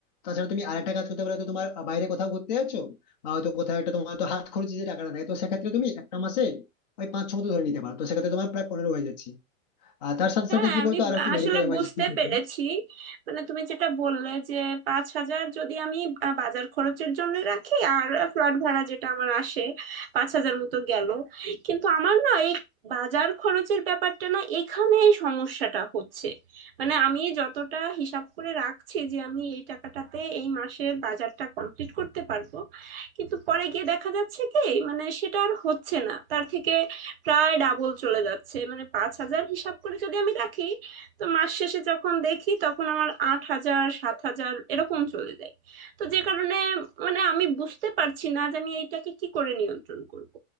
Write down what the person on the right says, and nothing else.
হ্যাঁ
আমি
আসলে
বুঝতে
পেরেছি মানে তুমি যেটা বললে যে পাঁচ হাজার যদি আমি আহ, বাজার খরচের জন্য রাখি আর ফ্ল্যাট ভাড়া যেটা আমার আসে পাঁচ হাজার মতো গেল কিন্তু আমার না এই বাজার খরচের ব্যাপারটা না এখানেই সমস্যাটা হচ্ছে মানে আমি যতটা হিসাব করে রাখছি যে আমি এই টাকাটাতে এই মাসের বাজারটা কমপ্লিট করতে পারবো কিন্তু পরে গিয়ে দেখা যাচ্ছে কি মানে সেটা আর হচ্ছে না তার থেকে প্রায় ডাবল চলে যাচ্ছে মানে পাঁচ হাজার হিসাব করে যদি আমি রাখি তো মাস শেষে যখন দেখি তখন আমার আট হাজার সাত হাজার এরকম চলে যায় তো যে কারণে মানে আমি বুঝতে পারছি না যে আমি এইটাকে কি করে নিয়ন্ত্রণ করব